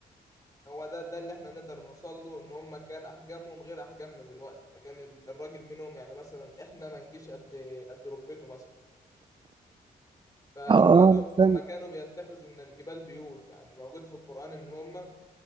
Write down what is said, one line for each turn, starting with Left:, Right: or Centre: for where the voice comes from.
Left: هو ده ده اللي احنا نقدر نوصل له ان هم كان احجامهم غير احجامنا دلوقتي فكان ال- الراجل منهم يعني مثلا احنا ما نجيش قد قد ركبته مثلا فهم
Right: اه آه،
Left: دول
Right: أنا
Left: هم
Right: فاهم
Left: كانوا بيتخذوا من الجبال بيوت يعني موجود في القرآن ان هم